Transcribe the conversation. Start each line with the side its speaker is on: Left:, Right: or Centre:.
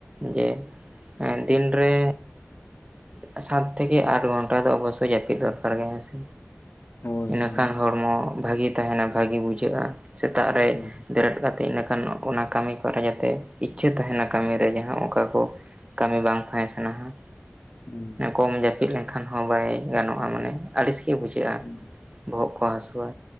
Right: ᱡᱮ ᱫᱤᱱᱨᱮ ᱥᱟᱛ ᱛᱷᱮᱠᱮ ᱟᱴ ᱜᱷᱚᱱᱴᱟ ᱫᱚ ᱚᱵᱚᱥᱥᱳᱭ ᱡᱟᱹᱯᱤᱫ ᱫᱚᱨᱠᱟᱨ ᱜᱮ ᱦᱮᱸᱥᱮ᱾
Left: ᱦᱳᱭ
Right: ᱤᱱᱟᱹᱠᱷᱟᱱ
Left: ᱦᱳᱭ
Right: ᱦᱚᱲᱢᱚ ᱵᱷᱟᱜᱮ ᱛᱟᱦᱮᱸᱱᱟ ᱵᱷᱟᱜᱤ ᱵᱩᱡᱷᱟᱹᱜᱼᱟ ᱥᱮᱛᱟᱜ ᱨᱮ
Left: ᱦᱮᱸ
Right: ᱵᱮᱨᱮᱫ ᱠᱟᱛᱮᱫ ᱤᱱᱟᱹᱠᱷᱟᱱ ᱚᱱᱟ ᱠᱟᱹᱢᱤ ᱠᱚᱨᱮ ᱡᱟᱛᱮ ᱤᱪᱪᱷᱟᱹ ᱛᱟᱦᱮᱸᱱᱟ, ᱠᱟᱹᱢᱤ ᱨᱮ ᱡᱟᱦᱟᱸ ᱚᱱᱠᱟ ᱠᱚ ᱠᱟᱹᱢᱤ ᱵᱟᱝ ᱛᱟᱦᱮᱸ ᱥᱟᱱᱟ ᱦᱟᱸ
Left: ᱦᱩᱸ᱾
Right: ᱠᱚᱢ ᱡᱟᱹᱯᱤᱫ ᱞᱮᱱᱠᱷᱟᱱ ᱦᱚᱸ ᱵᱟᱭ ᱜᱟᱱᱚᱜᱼᱟ, ᱢᱟᱱᱮ ᱟᱹᱲᱤᱥ ᱜᱮ ᱵᱩᱡᱷᱟᱹ ᱜᱮᱭᱟ
Left: ᱦᱮᱸ
Right: ᱵᱚᱦᱚᱜ ᱠᱚ ᱦᱟᱹᱥᱩᱣᱟ᱾